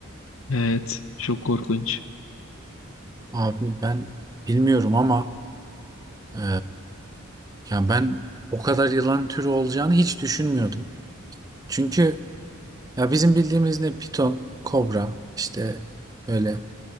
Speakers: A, on the left (about 75°); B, on the right (about 15°).
A: Evet. Çok korkunç.
B: Abi ben bilmiyorum ama e, ya ben o kadar yılan türü olacağını hiç düşünmüyordum. Çünkü ya bizim bildiğimiz ne piton, kobra işte böyle